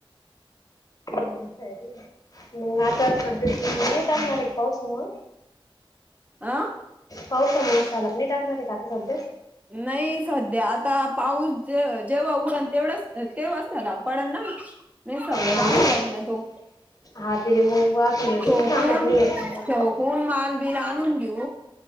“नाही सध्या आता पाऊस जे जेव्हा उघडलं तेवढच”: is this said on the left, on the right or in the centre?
Right